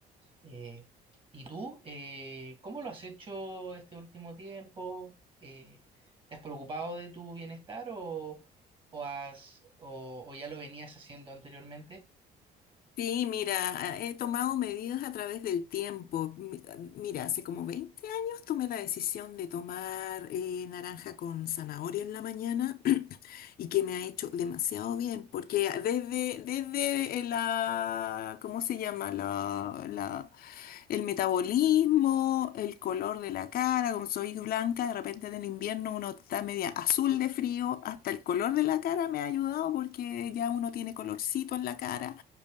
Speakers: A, on the right; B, on the left.
A: Eh, ¿y tú, eh, cómo lo has hecho este último tiempo? Eh, ¿te has preocupado de tu bienestar o, o has, o, o ya lo venías haciendo anteriormente?
B: Sí, mira, he tomado medidas a través del tiempo. Mi- Mira, hace como 20 años tomé la decisión de tomar eh, naranja con zanahoria en la mañana <clears throat> y que me ha hecho demasiado bien, porque desde, desde eh, la, ¿cómo se llama? La, la el metabolismo, el color de la cara, como soy blanca, de repente en el invierno uno está media azul de frío, hasta el color de la cara me ha ayudado porque ya uno tiene colorcito en la cara,